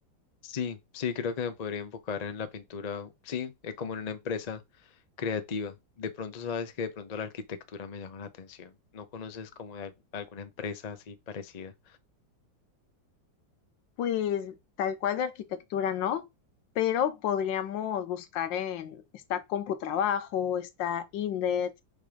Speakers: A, on the left; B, on the left.
A: Sí, sí, creo que me podría enfocar en la pintura, sí, es como en una empresa creativa. De pronto sabes que de pronto la arquitectura me llama la atención. ¿No conoces como de al- alguna empresa así parecida?
B: Pues tal cual de arquitectura no, pero podríamos buscar en, está Computrabajo, está Indeed,